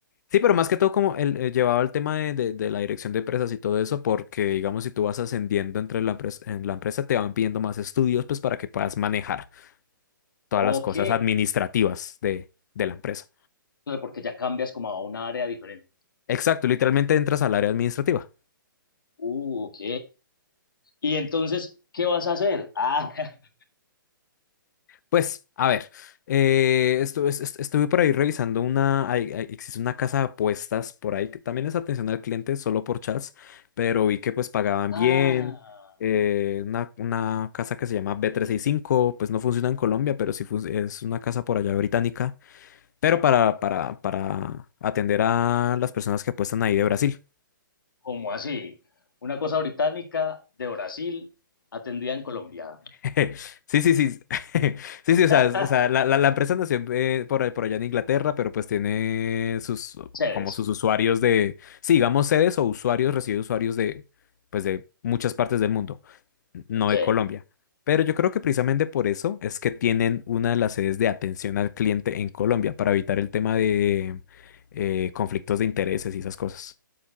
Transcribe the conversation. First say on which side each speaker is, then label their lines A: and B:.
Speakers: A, on the left (about 55°); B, on the left (about 75°).
A: Sí, pero más que todo como el, eh, llevado al tema de, de- de la dirección de empresas y todo eso, porque digamos, si tú vas ascendiendo entre la empresa, en la empresa, te van pidiendo más estudios, pues para que puedas manejar todas
B: Ok,
A: las cosas administrativas de de la empresa.
B: pero porque ya cambias como a un área diferente.
A: Exacto, literalmente entras al área administrativa.
B: Uh, ok. Y entonces, ¿qué vas a hacer? Ah, <laughs>
A: Pues, a ver, eh, estu- es- est- estuve por ahí revisando una, hay- hay- existe una casa de apuestas por ahí, que también es atención al cliente solo por chats, pero vi que pues pagaban
B: ah.
A: bien, eh, una, una casa que se llama b trescientos sesenta y cinco, pues no funciona en Colombia, pero sí fun- es una casa por allá británica, pero para, para, para atender a las personas que apuestan ahí de Brasil.
B: ¿Cómo así? Una cosa británica de Brasil atendida en Colombia.
A: <laughs> Sí, sí, sí. <laughs> Sí, sí, o sea,
B: <laughs>
A: es- o sea, la, la, la empresa nació eh, por, por allá en Inglaterra, pero pues tiene sus,
B: Chévez.
A: como sus usuarios de, sí, digamos sedes o usuarios, recibe usuarios de, pues de muchas partes del mundo, no
B: Ok,
A: de Colombia. Pero yo creo que precisamente por eso es que tienen una de las sedes de atención al cliente en Colombia, para evitar el tema de eh, conflictos de intereses y esas cosas.